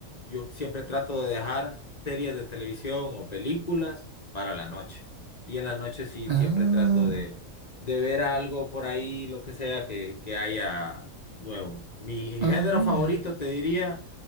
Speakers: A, on the left (about 35°); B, on the right (about 75°).
A: yo siempre trato de dejar series de televisión o películas para la noche. Y en las noches sí,
B: Ah,
A: siempre trato de, de ver algo por ahí, lo que sea que, que haya nuevo. Mi género
B: ah, mira.
A: favorito, te diría,